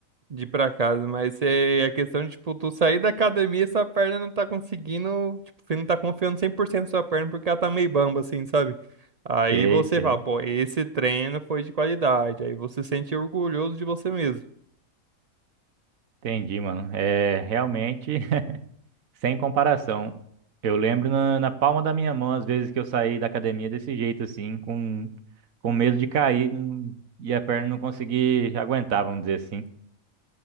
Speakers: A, on the right; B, on the right.
A: de ir pra casa, mas é a questão de, tipo, tu sair da academia e sua perna não tá conseguindo, tipo, você não tá confiando 100% na sua perna porque ela tá meio bamba, assim, sabe? Aí
B: Sei,
A: você
B: sei.
A: fala, pô, esse treino foi de qualidade, aí você se sente orgulhoso de você mesmo.
B: Entendi, mano. É realmente <laughs> sem comparação. Eu lembro na, na palma da minha mão, às vezes que eu saí da academia desse jeito, assim, com, com medo de cair hum, e a perna não conseguir aguentar, vamos dizer assim.